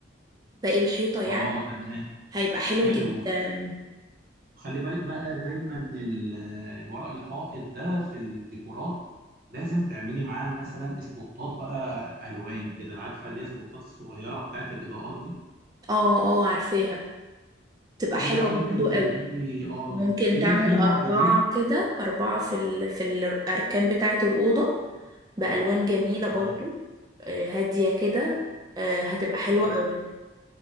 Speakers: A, on the right (about 20°); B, on the right (about 50°).
A: باقي الحيطة يعني
B: اه تمام
A: هيبقى حلو
B: حلو
A: جدا
B: وخلي بالك بقى دايما ال- الورق الحائط ده في الديكورات لازم تعملي معاه مثلا اسبوتات بقى الوان كده عارفه اللي هي اسبوتات الصغيره بتاعت الاضاءات دي
A: اه اه عارفاها تبقى
B: دي
A: حلوة
B: بقى ممكن
A: برضو
B: تجيبي
A: قوي
B: اه
A: ممكن
B: في
A: تعمل
B: في
A: أربعة
B: نوع جديد
A: كده أربعة في ال... في الأركان بتاعة الأوضة بألوان جميلة
B: اه
A: برضو آه، هادية كده آه، هتبقى حلوة
B: اه
A: قوي